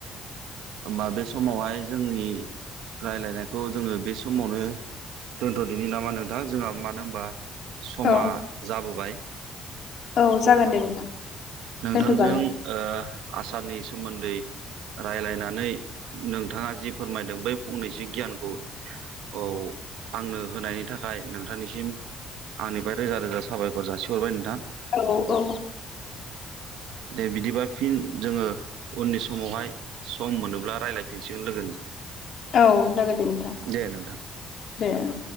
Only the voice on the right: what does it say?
होमबा बे समावहाय जोंनि रायलायनायखौ जोंङो बे समावनो दोन्थ'दिनि नामा नोंथां? जोंहा मानो होनबा समा
जाबोबाय।
नोंथांजों
ओ आसारनि सोमोन्दै रायलायनानै नोंथाङा जि फोरमायदों बै फंनैसो गियानखौ औ आंनो होनायनि थाखाय नोंथांनिसिम आंनिफ्राय रोजा रोजा साबायखर जासिहरबाय नोंथां।
दे बिदिबा फिन जोंङो उननि समावहाय सम मोनोब्ला रायलायफिनसिगोन लोगोनि
दे नोंथां